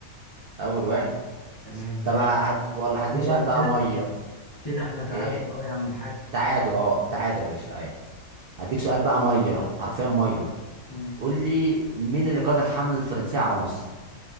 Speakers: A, on the right; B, on the left.
A: اول واحد
B: تمام كده
A: طب هد... والله هديك
B: كده
A: سؤال بقى
B: كده
A: ميه
B: كده احنا تعادل
A: إيه
B: اهو يا عم الحاج
A: تعادل اه تعادل يا باشا تعادل هديك سؤال بقى ميه حرفيا ميه
B: مم.
A: قول لي مين اللي قاد الحمله الفرنسيه على مصر